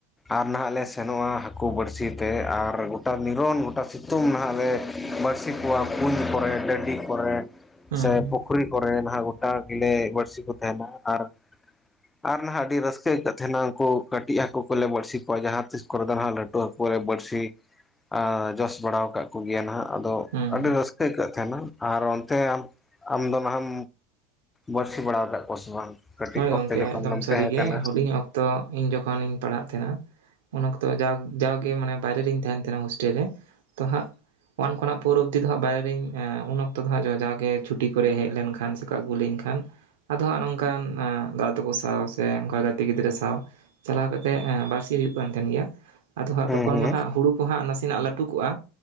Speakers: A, on the left (about 15°); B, on the right (about 85°).
A: ᱟᱨ ᱱᱟᱦᱟᱜ ᱞᱮ ᱥᱮᱱᱚᱜᱼᱟ ᱦᱟᱹᱠᱩ ᱵᱟᱹᱲᱥᱤ ᱛᱮ ᱟᱨ ᱜᱚᱴᱟ ᱱᱤᱨᱚᱱ ᱜᱚᱴᱟ ᱥᱤᱛᱩᱝ ᱱᱟᱦᱟᱜ ᱞᱮ ᱵᱟᱹᱲᱥᱤ ᱠᱚᱣᱟ ᱠᱩᱧ ᱠᱚᱨᱮ ᱴᱟᱰᱤ ᱠᱚᱨᱮ
B: ᱦᱩᱸ
A: ᱥᱮ
B: ᱦᱩᱸ ᱦᱩᱸ
A: ᱯᱩᱠᱷᱨᱤ ᱠᱚᱨᱮ ᱱᱟ ᱜᱳᱴᱟ ᱜᱮᱞᱮ ᱵᱟᱹᱲᱥᱤ ᱠᱚ ᱛᱟᱦᱮᱱᱟ ᱟᱨ ᱟᱨ ᱱᱟᱦᱟᱜ ᱟᱹᱰᱤ ᱨᱟᱹᱥᱠᱟᱹ ᱟᱹᱭᱠᱫ ᱛᱟᱦᱮᱱᱟ ᱩᱱᱠᱩ ᱠᱟᱹᱴᱤᱡ ᱦᱟᱠᱩ ᱠᱚᱞᱮ ᱵᱟᱹᱲᱥᱤ ᱠᱚᱣᱟ ᱡᱟᱦᱟᱸ ᱛᱤᱥ ᱠᱚᱨᱮ ᱦᱟᱸᱜ ᱞᱟᱹᱴᱩ ᱦᱟᱠᱩ ᱞᱮ ᱵᱟᱹᱲᱥᱤ ᱟ ᱡᱚᱥ ᱵᱟᱲᱟᱣ ᱟᱠᱟᱫ ᱠᱚᱜᱮᱭᱟ ᱱᱟᱦᱟᱜ ᱟᱫᱚ
B: ᱦᱩᱸ
A: ᱟᱹᱰᱤ ᱨᱟᱹᱥᱠᱟᱹ ᱟᱹᱭᱠᱟᱹᱜ ᱛᱟᱦᱮᱱᱟ ᱟᱨ ᱚᱱᱛᱮ ᱟᱢᱫᱚ ᱱᱟᱦᱟᱢ ᱵᱟᱹᱲᱥᱤ ᱵᱟᱲᱟᱟᱣ ᱟᱠᱟᱫ ᱠᱚᱣᱟ ᱥᱮ ᱵᱟᱝ? ᱠᱟᱹᱴᱤᱡ
B: ᱦᱳᱭ
A: ᱚᱠᱛᱮ
B: ᱜᱚᱢᱠᱮ
A: ᱡᱚᱠᱷᱚᱱ
B: ᱮᱠᱫᱚᱢ
A: ᱫᱚᱢ
B: ᱥᱟᱹᱨᱤᱜᱮ
A: ᱛᱟᱦᱮᱸ ᱠᱟᱱᱟ
B: ᱦᱩᱰᱤᱧ ᱚᱠᱛᱚ ᱤᱧ ᱡᱚᱠᱷᱚᱱ ᱤᱧ ᱯᱟᱲᱦᱟᱜ ᱛᱟᱦᱮᱱᱟ ᱚᱱᱟ ᱚᱠᱛᱚ ᱡᱟ ᱡᱟᱜᱮ ᱢᱟᱱᱮ ᱵᱟᱭᱨᱮ ᱨᱤᱧ ᱛᱟᱦᱮᱱ ᱛᱟᱦᱮᱱᱟ ᱦᱳᱥᱴᱮᱞ ᱨᱮ ᱛᱚ ᱦᱟᱸᱜ ᱩᱱ ᱠᱷᱚᱱᱟᱜ ᱯᱷᱳᱨ ᱚᱵᱫᱤ ᱫᱚ ᱦᱟᱸᱜ ᱵᱟᱭᱨᱮᱧ ᱩᱱ ᱚᱠᱛᱚ ᱫᱚ ᱦᱟᱸᱜ ᱡᱚ ᱡᱟᱜᱮ ᱪᱷᱩᱴᱤ ᱠᱚᱨᱮ ᱦᱮᱡ ᱞᱮᱱᱠᱷᱟᱱ ᱥᱮ ᱫᱚᱠᱳ ᱟᱹᱜᱩ ᱞᱤᱧ ᱠᱷᱟᱱ ᱟᱫᱚ ᱦᱟᱜ ᱱᱚᱝᱠᱟᱱ ᱫᱟᱫᱟ ᱛᱟᱠᱚ ᱥᱟᱶ ᱥᱮ ᱚᱱᱠᱟ ᱜᱟᱛᱮ ᱜᱤᱫᱽᱨᱟᱹ ᱥᱟᱶ ᱪᱟᱞᱟᱣ ᱠᱟᱛᱮᱜ ᱵᱟᱨᱥᱤ ᱦᱩᱭᱩᱜ ᱠᱟᱱ ᱛᱟᱦᱮᱱ ᱜᱮᱭᱟ ᱟᱫᱚ ᱦᱟᱸᱜ
A: ᱦᱩᱸ
B: ᱛᱚᱠᱷᱚᱱ
A: ᱦᱩᱸ
B: ᱢᱟ ᱦᱟᱸᱜ ᱦᱩᱲᱩ ᱠᱚ ᱦᱟᱸᱜ ᱱᱟᱥᱮᱱᱟᱜ ᱞᱟᱹᱴᱩ ᱠᱚᱜᱼᱟ